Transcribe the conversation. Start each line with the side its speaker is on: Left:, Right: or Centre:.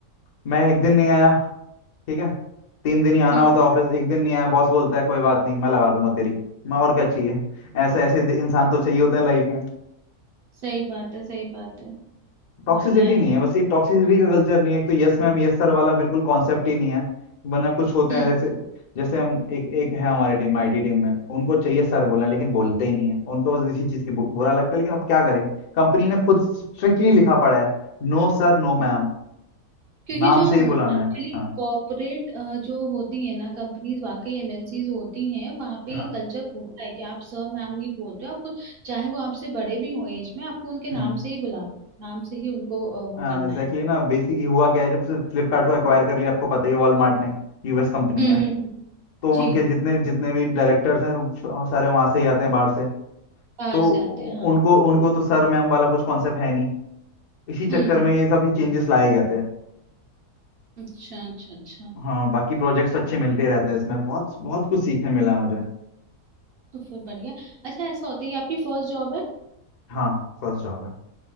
Left: मैं एक दिन नहीं आया ठीक है तीन दिन ही आना
Right: हम्म
Left: होता है ऑफिस एक दिन नहीं आया बॉस बोलता है कोई बात नहीं मैं लगा दूंगा तेरी मैं और क्या चाहिए ऐसे ऐसे दि- इंसान तो चाहिए होते हैं लाइफ में
Right: सही बात है सही बात है
Left: टॉक्सिसिटी
Right: बढ़िया है
Left: नहीं
Right: यार
Left: है बस ये टॉक्सिसिटी का कल्चर नहीं है एक तो यस मैम यस सर वाला बिल्कुल कॉन्सेप्ट ही नहीं है वरना कुछ होते
Right: हम्म
Left: हैं जैसे जैसे हम एक एक है हमारी टीम में आईटी टीम में उनको चाहिए सर बोलना लेकिन बोलते ही नहीं है उनको बस इसी चीज की बु- बुरा लगता है लेकिन अब क्या करें कंपनी ने खुद स्ट्रिक्टली लिखा पड़ा है नो सर नो मैम
Right: हम्म, क्योंकि
Left: नाम
Right: जो
Left: से ही
Right: एक्चुअली
Left: बुलाना है हाँ
Right: कॉर्पोरेट जो होती है ना कंपनीज वाकई एमएनसीज होती हैं वहाँ पे
Left: हाँ
Right: ये कल्चर होता है कि आप सर मैम नहीं बोलते हो, आप चाहे वो आपसे बड़े भी हो एज में आपको उनके
Left: हम्म
Right: नाम से ही बुला नाम से ही उनको अ, वो
Left: हाँ
Right: करना
Left: एग्जैक्टली
Right: है
Left: ना बेसिकली हुआ क्या है जब से फ्लिपकार्ट को एक्वायर कर लिया आपको पता ही है वॉलमार्ट ने यूएस कंपनी
Right: हम्म,
Left: है
Right: हम्म, हम्म।
Left: तो
Right: जी
Left: उनके जितने जितने भी डायरेक्टर्स हैं स- सारे वहां से ही आते हैं बाहर से
Right: बाहर
Left: तो उ-
Right: से आते हैं हाँ
Left: उनको उनको तो सर मैम वाला कुछ कॉन्सेप्ट है नहीं इसी चक्कर
Right: हम्म।
Left: में ये सब चेंजेस लाए गए थे
Right: अच्छा अच्छा अच्छा
Left: हाँ बाकी प्रोजेक्ट्स अच्छे मिलते ही रहते हैं इसमें बहुत बहुत कुछ सीखने मिला है मुझे
Right: तो फिर बढ़िया अच्छा ऐसा होता है ये आपकी फर्स्ट जॉब है
Left: हाँ फर्स्ट जॉब है